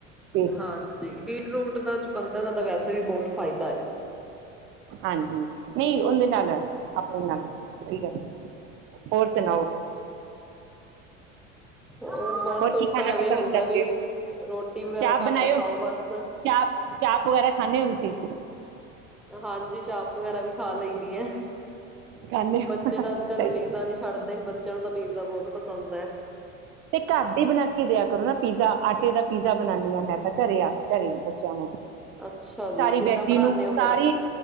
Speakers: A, on the right; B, in the centre.
A: ਪੇਟ
B: ਹਾਂਜੀ, ਬੀਟ ਰੂਟ ਦਾ ਚੁਕੰਦਰ ਦਾ ਤਾਂ ਵੈਸੇ ਵੀ ਬਹੁਤ ਫ਼ਾਇਦਾ ਏ।
A: ਹਾਂਜੀ, ਨਹੀਂ ਉਹਦੇ ਨਾਲ ਏ ਆਪਣੇ ਨਾਲ ਨੀ <unintelligible> ਹੋਰ ਸੁਣਾਓ।
B: ਹੋਰ, ਬਸ ਹੁਣ
A: ਕੀ
B: ਤਾਂ
A: ਖਾਣਾ
B: ਐਵੇਂ
A: ਪਸੰਦ
B: ਹੁੰਦਾ
A: ਕਰਦੇ
B: ਵੀ,
A: ਹੋ
B: ਰੋਟੀ ਵਗੈਰਾ
A: ਚਾਪ ਬਣਾਇਓ
B: ਘੱਟ ਖਾਓ ਬਸ।
A: ਚਾਪ ਚਾਪ ਵਗੈਰਾ ਖਾਂਦੇ ਹੋ ਤੁਸੀਂ
B: ਹਾਂਜੀ, ਚਾਪ ਵਗੈਰਾ ਵੀ ਖਾ ਲਈ ਦੀ ਹੈ।
A: ਖਾਂਦੇ
B: ਬੱਚੇ
A: ਹੋ
B: ਤਾਂ ਅੱਜ ਕੱਲ
A: ਸਹੀ
B: ਪੀਜ਼ਾ ਨੀ ਛੱਡਦੇ ਚਲਦਾ ਪੀਜ਼ਾ ਬਹੁਤ ਪਸੰਦ ਹੈ।
A: ਤੇ ਘਰ ਦੀ ਬਣਾ ਕੇ ਦਿਆ ਕਰੋ ਨਾ ਪੀਜ਼ਾ। ਆਟੇ ਦਾ ਪੀਜ਼ਾ ਬਣਾਉਨਦੀ ਹਾਂ ਮੈਂ ਤਾਂ, ਘਰੇ ਆਪ ਘਰੇ ਬੱਚਿਆਂ ਨੂੰ।
B: ਅੱਛਾ ਜੀ
A: ਸਾਰੀ
B: ਕਿੱਦਾਂ
A: ਵੈਜੀ
B: ਬਣਾਉਂਦੇ
A: ਨੂੰ,
B: ਹੋ ਫਿਰ
A: ਸਾਰੀ,